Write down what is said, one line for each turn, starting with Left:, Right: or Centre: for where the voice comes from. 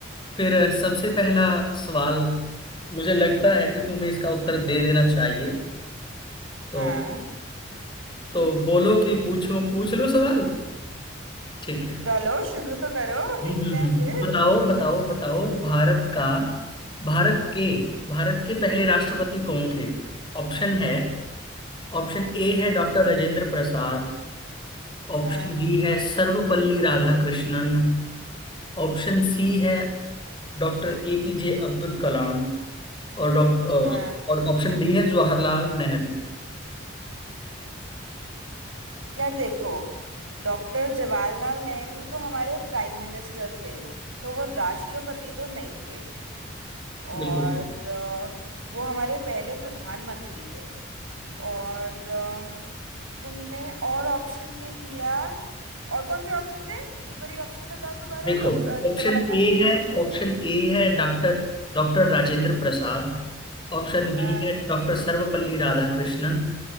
Left: फिर सबसे पहला सवाल मुझे लगता है कि तुम्हें इसका उत्तर दे देना चाहिए तो
Right: हाँ
Left: तो बोलो कि पूछो पूछ लो सवाल ठीक है
Right: चलो शुरू तो करो
Left: हम्म,
Right: देखते
Left: हम्म,
Right: हैं
Left: हम्म,
Right: फिर
Left: बताओ बताओ बताओ भारत का भारत के भारत के पहले राष्ट्रपति कौन थे ऑप्शन है ऑप्शन ए है doctor Rajendra Prasad Option
Right: हाँ
Left: B है सर्वपल्ली राधाकृष्णन ऑप्शन सी है डॉक्टर एपीजे अब्दुल कलाम और डॉक्टर
Right: हाँ
Left: और ऑप्शन डी है जवाहरलाल नेहरू
Right: यार देखो डॉक्टर जवाहरलाल नेहरू तो हमारे प्राइम मिनिस्टर थे तो वो राष्ट्रपति तो नहीं थे और
Left: बिल्कुल सही
Right: अ, वो हमारे पहले प्रधानमंत्री थे और अम, तुमने और ऑप्शन में दिया और कौन से ऑप्शन थे एक बार ये ऑप्शन बताओ दोबारा
Left: देखो
Right: डॉक- अ, जवाहरलाल
Left: ऑप्शन ए
Right: नेहरू
Left: है
Right: को छोड़
Left: ऑप्शन
Right: के
Left: ए है doctor doctor Rajendra Prasad Option B
Right: हाँ
Left: है doctor Sarvepalli Radhakrishnan